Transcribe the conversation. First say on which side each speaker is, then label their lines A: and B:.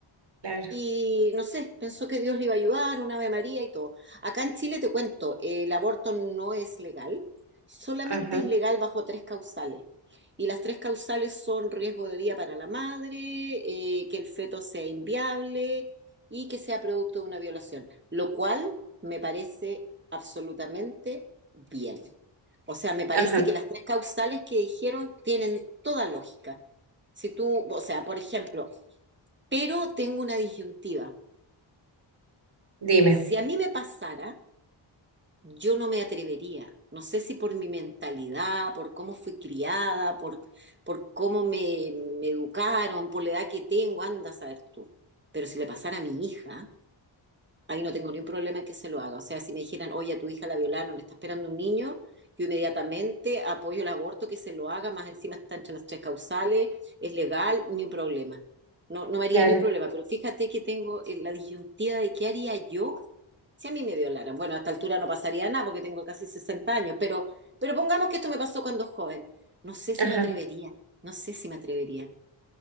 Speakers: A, on the right (about 55°); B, on the right (about 25°).
A: Claro,
B: y no sé, pensó que Dios le iba a ayudar, un Ave María y todo. Acá en Chile te cuento, eh, el aborto no es legal, solamente
A: ajá,
B: es legal bajo tres causales. Y las tres causales son riesgo de vida para la madre, eh, que el feto sea inviable y que sea producto de una violación, lo cual me parece absolutamente bien. O sea, me parece
A: ajá,
B: que las tres causales que dijeron tienen toda lógica. Si tú, o sea, por ejemplo, pero tengo una disyuntiva.
A: dime,
B: Si a mí me pasara, yo no me atrevería. No sé si por mi mentalidad, por cómo fui criada, por, por cómo me, me educaron, por la edad que tengo, anda a saber tú. Pero si le pasara a mi hija, Ahí no tengo ningún problema que se lo haga. O sea, si me dijeran, oye, a tu hija la violaron, le está esperando un niño, yo inmediatamente apoyo el aborto, que se lo haga, más encima está entre las tres causales, es legal, ni un problema. No, no me haría
A: claro,
B: ni un problema, pero fíjate que tengo eh, la disyuntiva de qué haría yo si a mí me violaran. Bueno, a esta altura no pasaría nada porque tengo casi 60 años, pero, pero pongamos que esto me pasó cuando joven. No sé si
A: ajá.
B: me atrevería, no sé si me atrevería.